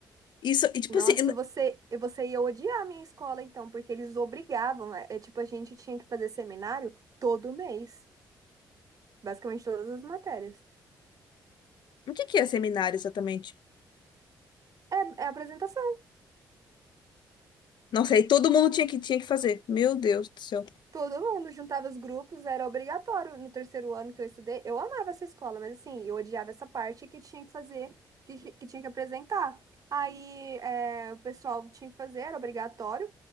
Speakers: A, on the left; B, on the right.
A: Isso, e tipo
B: Nossa,
A: assim, n-
B: você, você ia odiar a minha escola, então, porque eles obrigavam. É, é tipo, a gente tinha que fazer seminário todo mês, basicamente todas as matérias.
A: o que que é seminário exatamente?
B: É, é apresentação.
A: Nossa, aí todo mundo tinha que, tinha que fazer. Meu Deus do céu.
B: Todo mundo juntava os grupos, era obrigatório. No terceiro ano que eu estudei, eu amava essa escola, mas assim, eu odiava essa parte que tinha que fazer, que, que tinha que apresentar. Aí, é, o pessoal tinha que fazer, era obrigatório,